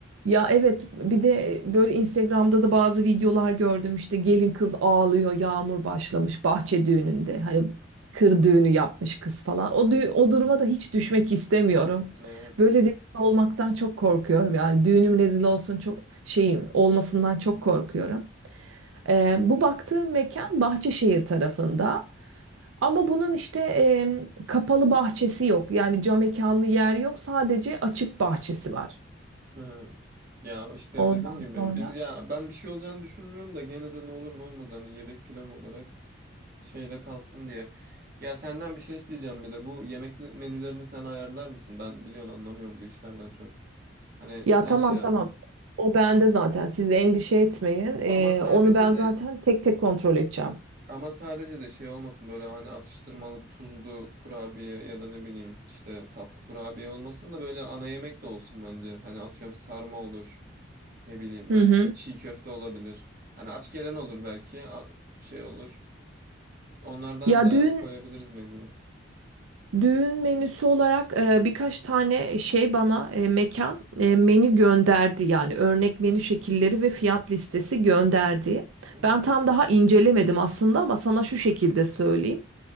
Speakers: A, on the right; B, on the right.
A: Ya evet bir de böyle Instagram'da da bazı videolar gördüm işte gelin kız ağlıyor yağmur başlamış bahçe düğününde hani kır düğünü yapmış kız falan o, dü- o duruma da hiç düşmek istemiyorum.
B: Evet.
A: Böyle rezil olmaktan çok korkuyorum yani düğünüm rezil olsun çok şeyim olmasından çok korkuyorum. Ee, bu baktığım mekan Bahçeşehir tarafında. Ama bunun işte em, kapalı bahçesi yok. Yani cam mekanlı yer yok. Sadece açık bahçesi var.
B: Evet. Ya işte
A: Ondan
B: dediğim gibi
A: sonra
B: biz ya ben bir şey olacağını düşünmüyorum da gene de ne olur ne olmaz hani yedek plan olarak şeyde kalsın diye. Ya senden bir şey isteyeceğim bir de bu yemek menülerini sen ayarlar mısın? Ben biliyorsun anlamıyorum bu işlerden çok. Hani
A: ya
B: sen
A: tamam
B: şey yap.
A: tamam. O bende zaten. Siz de endişe etmeyin. Ee,
B: Ama sadece
A: onu ben
B: de
A: zaten tek tek kontrol edeceğim.
B: ama sadece de şey olmasın böyle hani atıştırmalık tuzlu kurabiye ya da ne bileyim işte tatlı kurabiye olmasın da böyle ana yemek de olsun bence. Hani atıyorum sarma olur. Ne bileyim böyle
A: Hı hı.
B: çi- çiğ köfte olabilir. Hani aç gelen olur belki. a- Şey olur. Onlardan
A: Ya
B: da
A: düğün
B: koyabiliriz menüye.
A: Düğün menüsü olarak e, birkaç tane şey bana e, mekan e, menü gönderdi yani örnek menü şekilleri ve fiyat listesi gönderdi.
B: Evet.
A: Ben tam daha incelemedim aslında ama sana şu şekilde söyleyeyim.